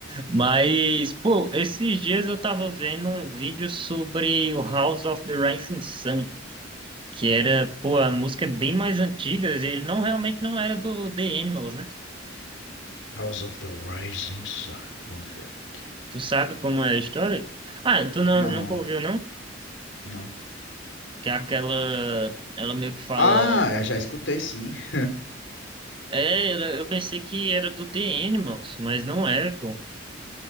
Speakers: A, on the right (about 25°); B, on the left (about 70°).
A: Mas, pô, esses dias eu tava vendo um vídeo sobre o House of the Rising Sun, que era, pô, a música é bem mais antiga, e ele não realmente não era do The Animals, né?
B: House of the Rising Sun. Vamos ver aqui.
A: Tu sabe como é a história? Ah, tu não,
B: Não,
A: nunca ouviu, não?
B: não.
A: Que é aquela. Ela meio que fala.
B: Ah, eu já escutei sim. <laughs>
A: É, ela- eu pensei que era do The Animals, mas não é, pô.